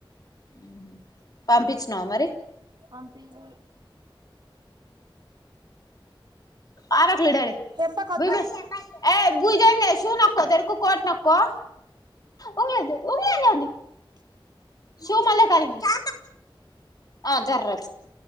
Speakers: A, on the left; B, on the right.
A: హ్మ్ హు పంపించినావా మరి
B: పంపియలేదు
A: అనాకలే డాడీ
B: తెంపకొద్దు
A: బోయ్ బో ఏ బుజాంగే శున్నక్కో తెరకు కోట్ నక్కొ ఉగ్లే దేతు ఉగ్రే జాంది
B: ఆ
A: శూ మళ్ళె కాలిగెస్ ఆ జర్రాచ్చ